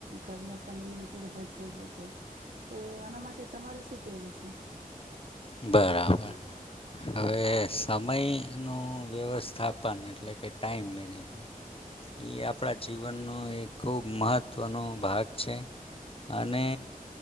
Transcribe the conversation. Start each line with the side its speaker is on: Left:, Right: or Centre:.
Right: ઘરને ફેમિલીને થોડું હેલ્પ થઈ શકે તો આના માટે તમારે શું કહેવું છે.
Left: બરાબર હવે સમયનું વ્યવસ્થાપન એટલે કે ટાઈમ મેનેજમેન્ટ. એ આપડા. જીવનનો એ ખૂબ મહત્ત્વનો ભાગ છે, અને